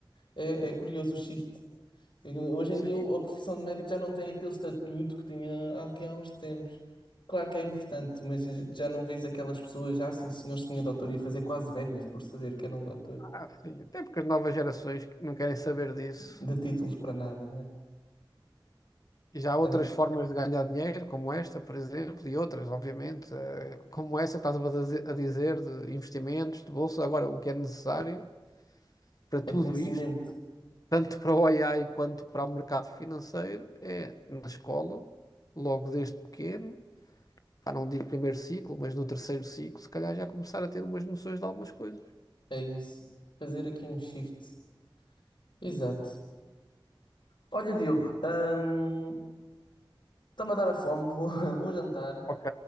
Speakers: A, on the left (about 65°); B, on the left (about 45°).
A: É, é curioso o shift. E Hoje em
B: Sim,
A: dia o- a profissão de médico já não tem aquele estatuto que tinha há- aqui há uns tempos. Claro que é importante, mas já não vês aquelas pessoas, já assim, senhor, senhor doutor, ia fazer quase vénias por saber que era um doutor,
B: ah, sim. Até porque as novas gerações não querem saber disso.
A: de títulos para nada, não é?
B: E já há outras
A: É,
B: formas de ganhar dinheiro, como esta, por exemplo, e outras, obviamente, eh, como essa que estás a dizer, a dizer, de investimentos, de bolsa. Agora, o que é necessário para
A: é
B: tudo
A: conhecimento,
B: isto, tanto para o <laughs> AI quanto para o mercado financeiro, é na escola, logo desde pequeno, pá, não digo primeiro ciclo, mas no terceiro ciclo, se calhar já começar a ter umas noções de algumas coisas.
A: é isso. Fazer aqui um shift. Exato. Olha, Diogo, hum, está-me a dar a fome, vou, <laughs> vou jantar.
B: Ok,